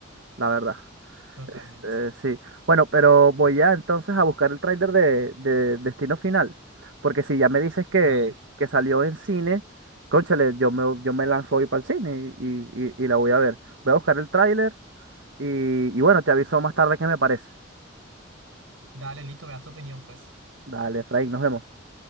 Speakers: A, on the right; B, on the right.
A: la verdad.
B: totalmente.
A: Este, sí. Bueno, pero voy ya entonces a buscar el tráiler de, de Destino Final. Porque si ya me dices que,
B: Dale,
A: que salió en cine, cónchale, yo me, yo me lanzo hoy para el cine y, y- y- y la voy a ver. Voy a buscar el tráiler y, y bueno, te aviso más tarde qué me parece.
B: dale, listo, me das tu opinión, pues.
A: Dale, Efraín, nos vemos.